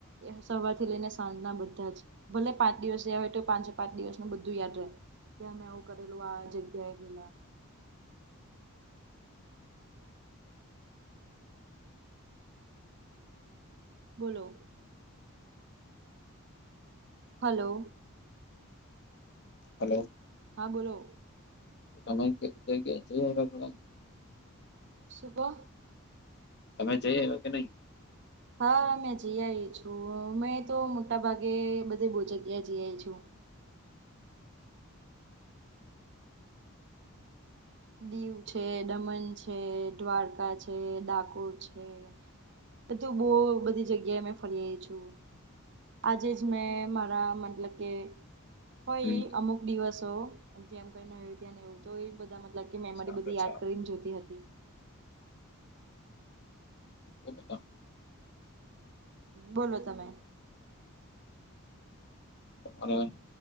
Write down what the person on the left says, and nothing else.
હલો
તમે <inaudible>
તમે જઈ આયવા કે નહી
હમ
ચાલે
ચાલે
બમેતા <inaudible>
અરહન